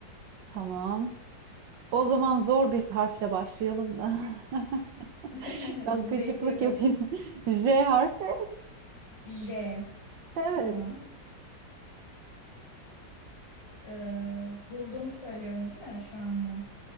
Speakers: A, on the right; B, on the left.
A: tamam. O zaman zor bir harfle başlayalım mı? <laughs>
B: <laughs>
A: Biraz gıcıklık
B: Bekliyorum.
A: yapayım. <laughs> J harfi.
B: J.
A: Evet.
B: Tamam. E, bulduğumu söylüyorum, değil mi şu anda?